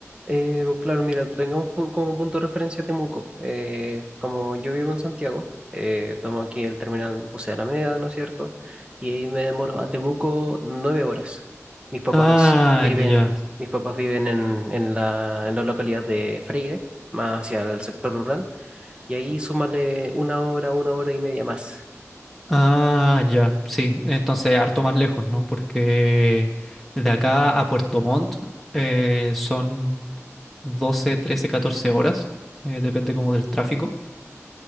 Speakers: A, on the right (about 20°); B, in the centre.
A: Eh, claro, mira, tengamos pu- como punto de referencia Temuco. Eh, como yo vivo en Santiago, eh, tomo aquí el terminal Bus de Alameda, ¿no es cierto? Y ahí me demoro a Temuco nueve horas. Mis papás
B: Ah,
A: viven,
B: ya.
A: mis papás viven en, en la, en la localidad de Freire, más hacia el sector rural, y ahí súmale una hora, una hora y media más.
B: Ah, ya, sí, entonces harto más lejos, ¿no? Porque de acá a Puerto Montt eh, son 12, 13, 14 horas, eh, depende como del tráfico.